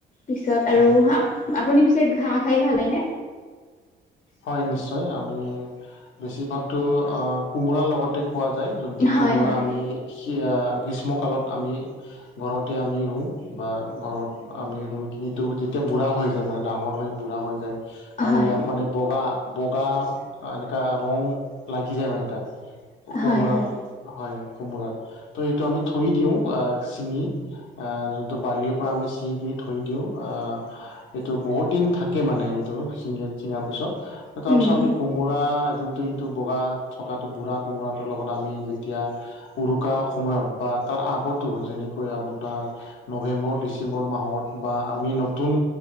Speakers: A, on the left; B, on the left.
A: পিছত আৰু-
B: হয়
A: আপুনি পিছে হাঁহ খাই ভালে নে?
B: হয় নিশ্চয়। আমি বেছিভাগতো কোমোৰাৰ লগতে- খোৱা যায়, যোনটো
A: হয়
B: কোমোৰা
A: হয়
B: আমি- গ্ৰীষ্মকালত আমি ঘৰতে আমি ৰুওঁ। বা ঘৰত আমি ৰুই কিনিতো যেতিয়া বুঢ়া হৈ যায় মানে ডাঙৰ হৈ বুঢ়া হৈ- যায় আৰু
A: হয়
B: ইয়াত মানে- বগা-বগা এনেকা ৰং লাগি যায় মানে তা'ত কোমোৰাৰ-
A: হয় হয়
B: হয়, কোমোৰতো ত' এইটো আমি থৈ দিওঁ আঁহ চিঙি। আঁহ', যোনটো বাৰীৰ পৰা আমি চিঙি থৈ দিওঁ, আঁহ- এইটো বহুত দিন থাকে মানে এইটো- তাৰপিছত-তাৰপিছত
A: উম
B: আমি কোমোৰা যোনটো যিটো বগা- থকাটো বুঢ়া কোমোৰাটোৰ লগত আমি যেতিয়া- উৰুকা সময়ত বা তাৰ আগতো যেনেকৈ আপোনাৰ- নৱেম্বৰ, ডিচেম্বৰ মাহত বা আমি নতুন